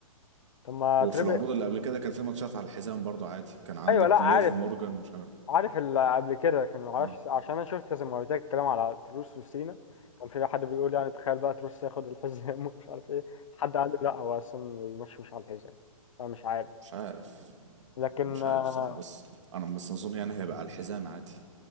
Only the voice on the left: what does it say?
طب ما
تريبل
ايوه لا عارف
عارف اللي قبل كده لكن ما اعرفش
عشان انا شفت زي ما قلت لك الكلام على تروس وسينا كان في حد بيقول يعني تخيل بقى تروس ياخد الحزام <laughs> ومش عارف ايه حد قال له لا هو اصلا الماتش مش على الحزام فمش عارف
لكن
آه،